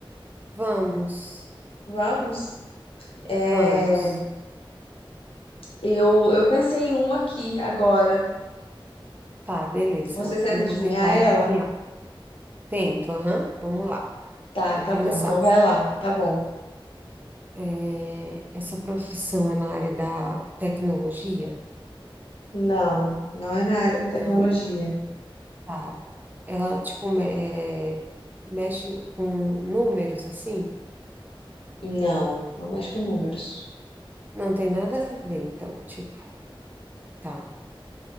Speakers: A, on the right; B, on the left.
A: Vamos.
B: Vamos? É,
A: Vamos.
B: eu, eu pensei em uma aqui agora.
A: Tá, beleza.
B: Você tenta
A: Eu
B: adivinhar
A: vou tentar
B: ela?
A: adivinhar. Tento, aham. Vamos lá.
B: Tá,
A: Vou
B: tá
A: começar.
B: bom. Então vai lá. Tá bom.
A: É, Essa profissão é na área da tecnologia?
B: Não, não é na área de tecnologia.
A: Não? Tá. Ela, tipo, me- é, mexe com números, assim?
B: Não, não mexe com números.
A: Não tem nada a ver, então, tipo, tá.